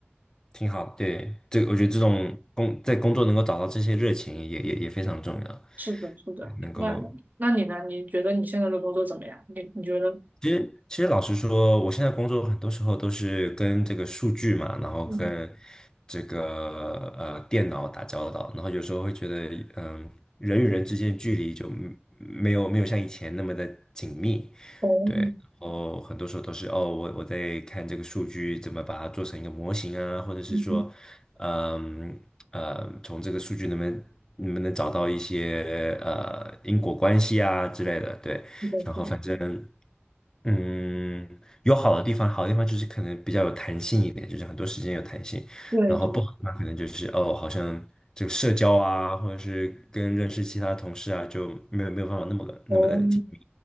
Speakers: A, on the left; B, on the right.
A: 挺好，对，这个我觉得这种工在工作能够找到这些热情也也也非常重要，
B: 是的，是的。
A: 能够
B: 那那你呢？你觉得你现在的工作怎么样？你你觉得？
A: 其实其实老实说，我现在工作很多时候都是跟这个数据嘛，然后跟
B: 嗯，
A: 这个呃电脑打交道，然后有时候会觉得嗯、人与人之间的距离就没有没有像以前那么的紧密，
B: 哦，
A: 对，然后很多时候都是哦，我我在看这个数据怎么把它做成一个模型啊，或者是说，
B: 嗯，
A: 嗯呃，从这个数据能不能能不能找到一些呃因果关系啊之类的，对，
B: 是的，
A: 然后反正
B: 是的，
A: 嗯，有好的地方，好的地方就是可能比较有弹性一点，就是很多时间有弹性，
B: 对对，
A: 然后不好的话，可能就是哦，好像这个社交啊，或者是跟认识其他同事啊，就没有没有办法那么的那么的紧密
B: 哦，